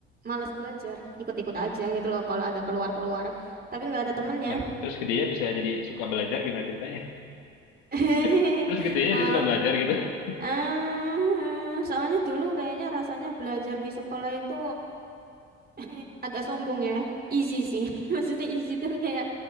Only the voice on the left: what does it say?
Nah, terus gedenya bisa jadi suka belajar gimana ceritanya?
<laughs> Terus gedenya
dia suka belajar gitu. <laughs>